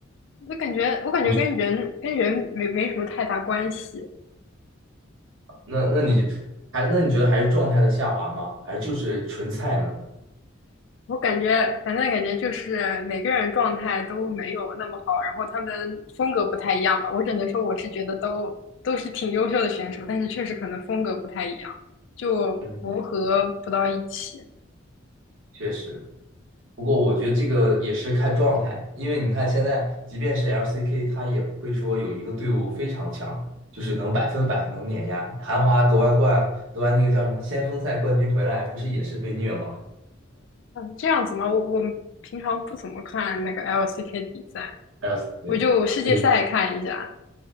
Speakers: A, on the left; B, on the right.
A: 我感觉我感觉跟人跟人没没什么太大关系。
B: 不是那那你就还那你觉得还是状态的下滑吗？还是就是纯菜呢？
A: 我感觉，反正感觉就是每个人状态都没有那么好，然后他们风格不太一样吧。我只能说，我是觉得都都是挺优秀的选手，但是确实可能风格不太一样，就磨合不到一起啊。
B: 嗯，确实。不过我觉得这个也是看状态，因为你看现在，即便是 LCK，他也不会说有一个队伍非常强，就是能百分百能碾压。韩华夺完冠，夺完那个叫什么先锋赛冠军回来，不是也是被虐吗
A: 这样子吗？我我平常不怎么看那个 LCK 的比赛，
B: ？LCK，
A: 我就世界赛看一下。
B: 对，